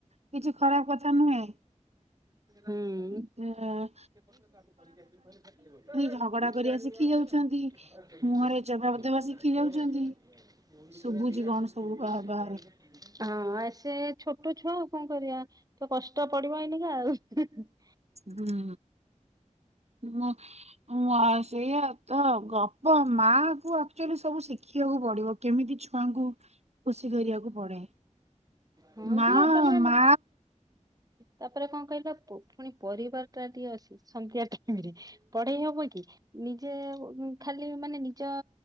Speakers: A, on the right; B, on the right.
A: କିଛି ଖରାପ କଥା ନୁହେଁ।
B: ହୁଁ
A: ହୁଁ।
B: <inaudible> <unintelligible> ହଁ
A: ଝଗଡା କରିବା ଶିଖି
B: ସେ
A: ଯାଉଛନ୍ତି
B: ଛୋଟ
A: ମୁହଁରେ ଜବାବ
B: ଛୁଆ
A: ଦେବା ଶିଖି ଯାଉଛନ୍ତି
B: ଆଉ କଣ
A: ଶୁଭୁଛି ସବୁ
B: କରିବା
A: ବା- ବାହାରେ
B: ତ କଷ୍ଟ ପଡିବ ଏଇନକା ଆଉ
A: ହୁଁ ମୁଁ ମୁ ଆ ସେଇଆ ତ ଗପ ମାଙ୍କୁ ଆକ୍ଚୁଆଲି ସବୁ ଶିଖିବାକୁ ପଡିବ କେମିତି ଛୁଆଙ୍କୁ ଖୁସି କରିବାକୁ ପଡେ
B: ହଁ
A: ମା
B: ଯେ ତାପରେ
A: ମା
B: ତାପରେ କଣ କହିଲ ଫୁଣି ପରିବାର ଟା ଟିକେ ଅଛି ସନ୍ଧ୍ୟା ଟାଇମରେ ପଢେଇ ହବ କି? ନିଜେ ଖାଲି ମାନେ ନିଜ